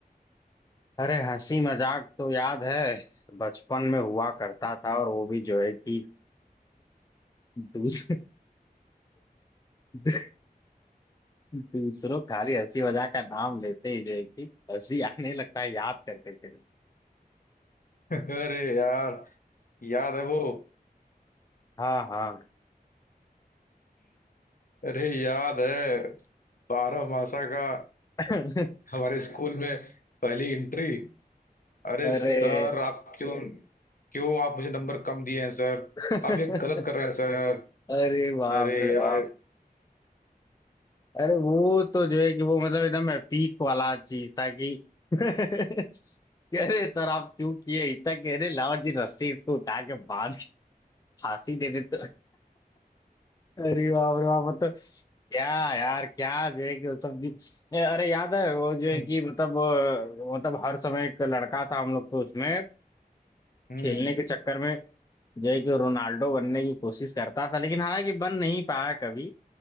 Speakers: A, on the left; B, on the left.
A: अरे हंसी मजाक तो याद है बचपन में हुआ करता था और वो भी जो है कि दूस, <laughs> दूसरों खाली हंसी मजाक का नाम लेते ही जो है कि हंसी आने लगता है याद करके फिर
B: <laughs> अरे यार याद है वो
A: हाँ हाँ
B: अरे याद है बारह मासा का
A: <laughs>
B: हमारे स्कूल में पहली एंट्री अरे
A: अरे
B: सर आप क्यों क्यों आप मुझे नंबर कम दिए हैं सर
A: <laughs>
B: आप ये गलत कर रहे हैं सर
A: अरे बाप
B: अरे
A: रे
B: यार
A: बाप अरे वो तो जो है कि वो मतलब एकदम पीक वाला चीज था कि <laughs> कह रहे सर आप क्यों किए इतना कह रहे लाओ जी रस्सी इसको उठा के बांध के फांसी दे देते अरे बाप रे बाप मतलब क्या यार क्या जो है कि वो सब भी ए, अरे याद है वो जो है
B: हम्म
A: कि मतलब अ, मतलब हर समय एक लड़का था हम लोग को उसमें
B: हम्म,
A: खेलने के चक्कर में जो है कि रोनाल्डो बनने की कोशिश करता था लेकिन हालांकि बन नहीं पाया कभी